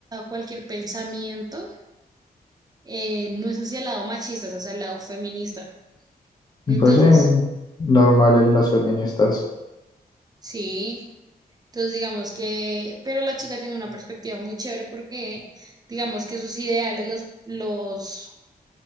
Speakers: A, on the right; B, on the left.
A: cualquier pensamiento eh, no es hacia el lado machista, es hacia el lado feminista. Entonces,
B: pues sí, normal en las feministas.
A: sí. Entonces, digamos que, pero la chica tiene una perspectiva muy chévere porque, digamos que sus ideales los, los